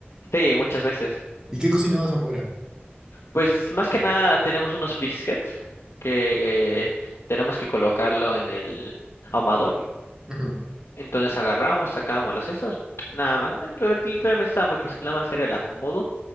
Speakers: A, on the left; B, on the right.
A: Sí, muchas veces.
B: ¿Y qué cocinabas afuera?
A: Pues más que nada tenemos unos briskets que tenemos que colocarlo en el ahumador.
B: <laughs> Ujú.
A: Entonces agarramos, sacábamos las cestas, nada más. na- re- Literalmente estaba muy fácil, nada más era el acomodo